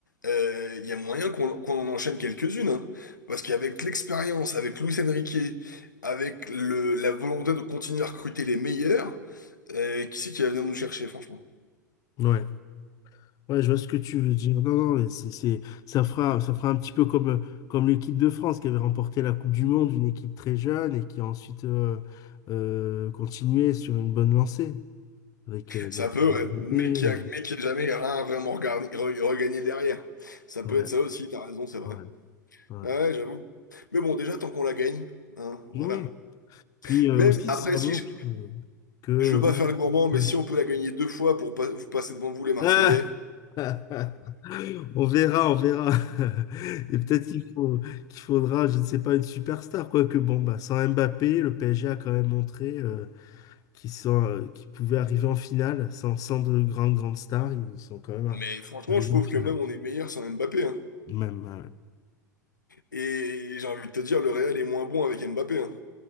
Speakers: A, on the left (about 80°); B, on the left (about 35°).
A: euh, il y a moyen qu'on qu'on en enchaîne quelques-unes. hein. Parce qu'avec l'expérience, avec Luis Enrique, avec le, la volonté de continuer à recruter les meilleurs, euh, qui c'est qui va venir nous chercher, franchement?
B: Ouais. Ouais, je vois ce que tu veux dire. Non, non, mais c'est, c'est, ça fera, ça fera un petit peu comme, euh, comme l'équipe de France qui avait remporté la Coupe du Monde, une équipe très jeune et qui a ensuite euh, euh, continué sur une bonne lancée avec euh,
A: Ça
B: bah,
A: peut, ouais,
B: Mbappé,
A: mais qui
B: euh,
A: a, mais qui a jamais rien vraiment regardé, re- regagné derrière. Ça peut
B: ouais,
A: être ça aussi, t'as raison, c'est vrai.
B: ouais, ouais.
A: Ouais, j'avoue. Mais bon, déjà, tant qu'on la gagne, hein, voilà.
B: Oui. Puis euh,
A: Même
B: aussi,
A: après,
B: ça
A: si
B: montre
A: je,
B: euh, que.
A: je veux pas faire le gourmand, mais
B: Ouais.
A: si on peut la gagner deux fois pour pas, vous passer devant vous, les Marseillais.
B: Ah <laughs> On verra, on verra. <laughs> Et peut-être qu'il faut, qu'il faudra, je ne sais pas, une superstar, quoique bon, bah, sans Mbappé, le PSG a quand même montré euh, qu'ils sont, euh, qu'ils pouvaient arriver en finale. Sans, sans de grandes, grandes stars, ils sont quand même
A: Mais franchement,
B: arrivés
A: je trouve
B: en finale.
A: que même on est meilleur sans Mbappé. hein.
B: Même, euh,
A: Et j'ai envie de te dire, le Real est moins bon avec Mbappé. hein.